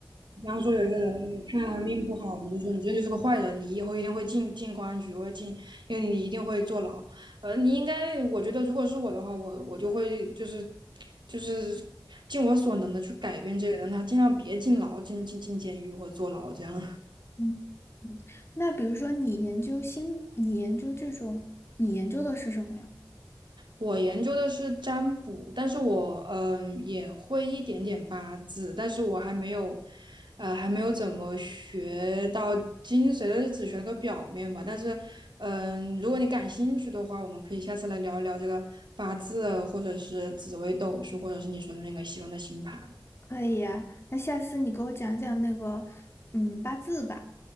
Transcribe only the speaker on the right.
比方说有一个人，你看他命不好，你就说你这就是个坏人，你以后一定会进进公安局或者进，因为你一定会坐牢。呃，你应该，我觉得如果是我的话，我我就会就是就是尽我所能的去改变这个人，他尽量别进牢、进进进监狱或坐牢这样。
我研究的是占卜，但是我嗯也会一点点八字，但是我还没有，呃还没有怎么学到精髓的，就是只学了个表面吧。但是嗯，如果你感兴趣的话，我们可以下次来聊一聊这个八字，或者是紫微斗数，或者是你说的那个西方的星盘。